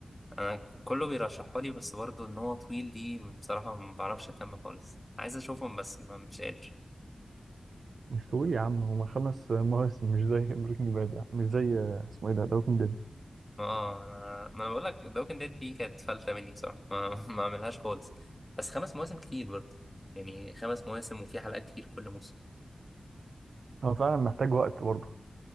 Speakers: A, on the left; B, on the right.
A: انا كله بيرشحها لي بس برضه ان هو طويل دي بصراحة ما بعرفش اكمل خالص عايز اشوفهم بس ما مش قادر
B: مش طويل يا عم هما خمس مواسم مش زي بريكنج باد مش زي اسمه ايه ده بريكنج باد
A: ما انا ما انا بقول لك بريكنج باد دي كانت فلتة مني بصراحة ما <laughs> ما اعملهاش خالص بس خمس مواسم كتير برضه يعني خمس مواسم وفي حلقات كتير كل موسم
B: هو فعلا محتاج وقت برضه